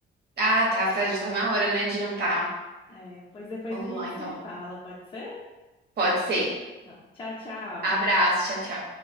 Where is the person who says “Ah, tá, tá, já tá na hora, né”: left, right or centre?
Right